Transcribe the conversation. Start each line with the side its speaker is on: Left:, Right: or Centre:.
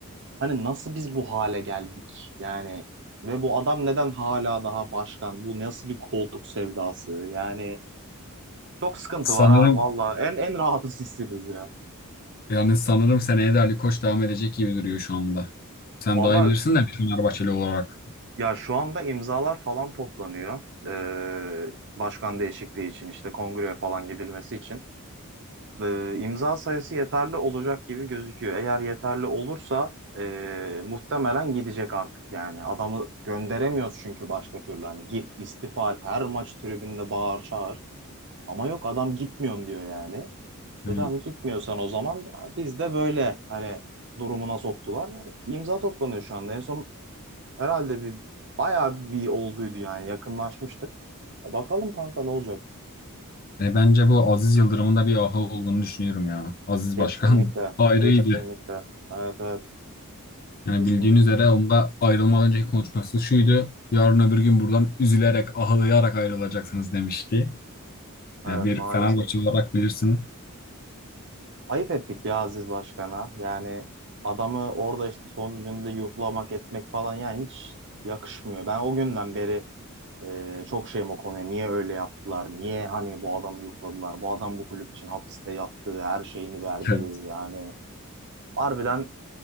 Right: hani nasıl biz bu hale geldik yani ve bu adam neden hala daha başkan? Bu nasıl bir koltuk sevdası? Yani çok sıkıntı
Left: Sanırım
Right: var abi valla en en rahatsız sizsiniz ya.
Left: yani sanırım seneye de Ali Koç devam edecek gibi duruyor şu anda. Sen
Right: Valla
Left: daha iyi bilirsin de bir Fenerbahçeli olarak.
Right: Ya şu anda imzalar falan toplanıyor. Ee, başkan değişikliği için işte kongreye falan gidilmesi için. Ee, imza sayısı yeterli olacak gibi gözüküyor. Eğer yeterli olursa ee, muhtemelen gidecek artık yani. Adamı gönderemiyoruz çünkü başka türlü. Hani git istifa et her maç tribünde bağır çağır. Ama yok adam gitmiyorum diyor yani.
Left: Yani
Right: E tamam gitmiyorsan o zaman ya biz de böyle hani durumuna soktular. İmza toplanıyor şu anda. En son Herhalde bir bayağı bir olduydu yani yakınlaşmıştık. Bakalım kanka ne olacak?
Left: e, bence bu Aziz Yıldırım'ın da bir ahı olduğunu düşünüyorum ya. Aziz
Right: Kesinlikle,
Left: Başkan <laughs> ayrıydı.
Right: kesinlikle. Evet evet,
Left: Yani
Right: kesinlikle.
Left: bildiğiniz üzere onda ayrılmadan önceki konuşması şuydu. Yarın öbür gün buradan üzülerek, ağlayarak ayrılacaksınız demişti.
Right: Evet
Left: Yani bir
Right: maalesef.
Left: Fenerbahçe olarak bilirsin.
Right: Ayıp ettik ya Aziz Başkan'a. Yani adamı orada işte son gününde yuhlamak etmek falan yani hiç yakışmıyor. Ben o günden beri e, çok şeyim o konuya. Niye öyle yaptılar? Niye hani bu adamı yuhladılar? Bu adam bu kulüp için hapiste yattığı, her şeyini verdi
Left: Evet,
Right: yani. Harbiden